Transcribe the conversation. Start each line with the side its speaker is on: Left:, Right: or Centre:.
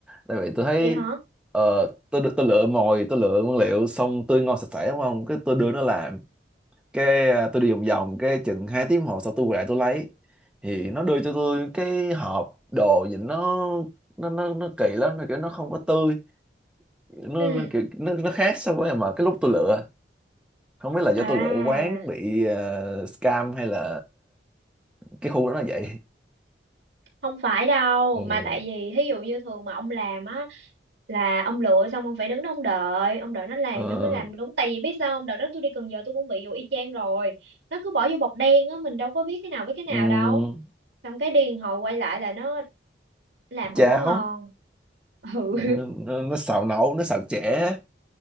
Centre: tại vì tôi thấy
Right: vậy hả?
Centre: ờ, tôi tôi lựa mồi tôi lựa nguyên liệu xong tươi ngon sạch sẽ đúng không cái tôi đưa nó làm cái à, tôi đi vòng vòng cái chừng hai tiếng hồ sau tôi quay lại tôi lấy thì nó đưa cho tôi cái hộp đồ nhìn nó nó nó nó kỳ lắm nó kiểu nó không có tươi nó
Right: Ừ.
Centre: nó kiểu nó nó khác so với mà cái lúc tôi lựa không biết là do
Right: À.
Centre: tôi lựa quán bị ờ, scam hay là cái khu đó nó vậy
Right: không phải đâu
Centre: ừ,
Right: mà tại vì thí dụ như thường mà ông làm á là ông lựa xong ông phải đứng đó ông đợi ông đợi nó làm
Centre: ờ,
Right: nó mới làm đúng tại vì biết sao không đợt đó tôi đi Cần Giờ tôi cũng bị vụ y chang rồi nó cứ bỏ vô bọc đen á mình đâu có biết cái nào với cái nào
Centre: ừm,
Right: đâu xong cái điên hồi quay lại là nó làm
Centre: cháo
Right: không có ngon ừ
Centre: ừ, nó, nó xào nấu nó xào chẻ